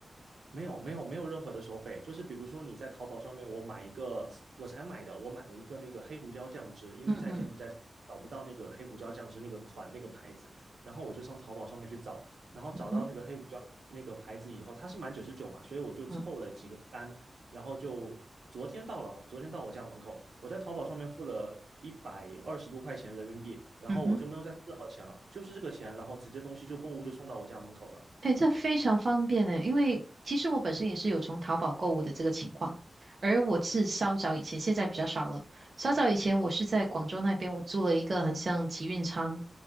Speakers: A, on the right; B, on the right.
A: 没有没有没有任何的收费，就是比如说你在淘宝上面，我买一个，我才买的，我买了一个那个黑胡椒酱汁，因为在柬埔寨找不到那个黑胡椒酱汁那个款那个牌子，
B: 嗯嗯
A: 然后我就上淘宝上面去找，然后找到那个黑胡椒那个牌子以后，
B: 嗯哼
A: 它是满九十九嘛，所以我就凑了几个单，
B: 嗯
A: 然后就昨天到了吧，昨天到我家门口，我在淘宝上面付了一百二十多块钱人民币，然后我就没有再付任何钱了，
B: 嗯哼。
A: 就是这个钱，然后直接东西就货物就送到我家门口了。
B: 哎，这非常方便呢，因为其实我本身也是有从淘宝购物的这个情况，而我是稍早以前，现在比较少了。稍早以前，我是在广州那边，我租了一个很像集运仓，